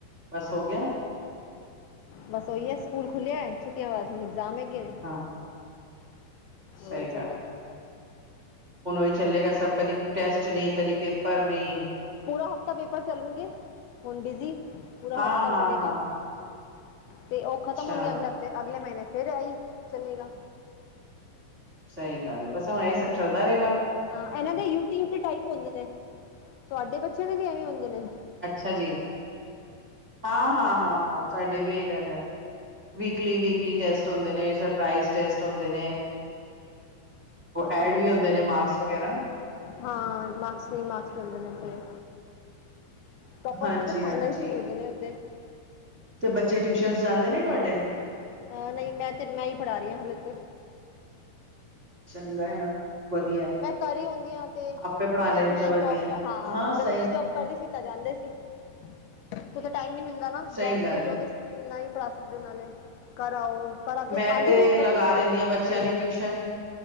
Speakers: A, on the right (about 30°); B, on the left (about 80°).
A: ਬਸ ਹੋ ਗਿਆਂ।
B: ਬਸ ਉਹੀ ਹੈਂ ਸਕੂਲ ਖੁੱਲ੍ਹਿਆ ਹੈਂ। ਛੁੱਟੀਆਂ ਬਾਅਦ ਹੁਣ ਇਗਜ਼ਾਮ ਹੈਗੇ ਨੇ।
A: ਹਾਂ ਸਹੀ
B: ਉਹੀ ਤਾਂ
A: ਗੱਲ
B: ਮੈਂ।
A: ਹੁਣ ਉਹੀ ਚੱਲੇਂਗਾ ਸਭ ਕਦੀਂ ਟੈਂਸ਼ਟ ਨੇਂ। ਕਦੀ ਪੇਪਰ ਨੇਂ।
B: ਪੂਰਾਂ ਹਫ਼ਤਾ ਪੇਪਰ ਚੱਲਣਗੇ। ਹੁਣ ਬਿਜੀ ਪੂਰਾ
A: ਹਾਂ
B: ਹਫ਼ਤਾ
A: ਹਾਂ
B: ਚੱਲੇਂਗਾ।
A: ਹਾਂ
B: ਤੇ ਉਹ
A: ਅੱਛਾ
B: ਖ਼ਤਮ ਹੋਣਗੇ। ਅਗਲੇ ਹਫ਼ਤੇ ਅਗਲੇ ਮਹੀਨੇਂ ਫ਼ਿਰ ਇਹੀ ਚੱਲੇਂਗਾ।
A: ਸਹੀ ਗੱਲ਼ ਏਂ। ਬਸ ਹੁਣ ਇਹੀ ਸਭ ਚੱਲਦਾ ਰਹੇਂਗਾ।
B: ਹਾਂ ਇਹਨਾਂ ਦੇ ਯੂਟੀ ਟੇ ਤੇ ਟਾਈਪ ਹੁੰਦੇ ਨੇਂ। ਤੁਹਾਡੇ ਬੱਚਿਆਂ ਦੇ ਵੀ ਐਵੇਂ ਹੁੰਦੇ ਨੇਂ।
A: ਅੱਛਾ ਜੀ ਹਾਂ, ਹਾਂ, ਹਾਂ, ਹਾਂ। ਸਾਡੇ ਵੀ ਇ ਰਹਿੰਦਾ ਵੀਕਲੀਕਲੀ ਟੈਸਟ ਹੁੰਦੇ ਨੇ ਸਰਪ੍ਰ ਟੈਸਟ ਹੁੰਦੇ ਨੇ। ਉਹ ਐਡ
B: ਬਸ
A: ਵੀ ਹੁੰਦੇ ਨੇ ਮਾਰਕਸ ਵਗੈਰਾ।
B: ਹਾਂ ਮਾਰਕਸ ਨਹੀਂ ਮਾਰਕਸ ਮਿਲਦੇ ਨੇ ਫਰੇ ਪ੍ਰੋਪਰ
A: ਹਾਂਜੀ
B: ਉਹਨਾਂ ਦੇ ਫਾਈਨਸ
A: ਹਾਂਜੀ
B: ਖਦੇ ਨੇ ਉਦੇ
A: ਤੇ ਬੱਚੇ ਟਿਊਸ਼ਨ ਜਾਂਦੇ ਨੇ ਤੁਹਾਡੇ?
B: ਹਾਂ ਨਹੀਂ ਮੈਂ ਤੇ ਮੈਂ ਹੀ ਪੜ੍ਹਾ ਰਹੀ ਹਾਂ ਹਲੇ ਤੇ।
A: ਚੰਗਾ ਨਾ। ਵਧੀਆ ਹੈ।
B: ਮੈਂ ਕਰ ਹੀ ਹਉਦੀ ਹਾਂ ਤੇ
A: ਆਪੇ ਪੜ੍ਹਾਣੇ
B: ਜਦ ਮੈਂ
A: ਤਾਂ ਵਧੀਆ
B: ਜੋਬ ਚ ਹਾਂ ਜਦ
A: ਸਹੀ
B: ਮੈਂ ਜੋਬ ਕਰਦੇ ਸੀਤਾ ਜਾਂਦੇ ਸੀ ਕਿਥੇ ਟਾਈਮ ਨੀ ਮਿਲਦਾ ਨਾ
A: ਸਹੀ
B: ਜੋਬ
A: ਗੱਲ
B: ਕਰਨਾ
A: ਹੈ
B: ਤੇ ਨਾ ਹੀ ਪੜ੍ਹਾ ਸਕਦੇ ਨਾਲੇ ਘਰ ਆਓ ਪਰ ਆ ਕੇ
A: ਮੈਂ
B: ਆਉਂਦੇ
A: ਤੇ
B: ਸੀ
A: ਲਗਾ
B: ਬੱਚੇ ਸੋ
A: ਦਿੰਦੀ
B: ਰਹੇ
A: ਹਾਂ ਬੱਚਿਆਂ ਦੀ ਟਿਊਸ਼ਨ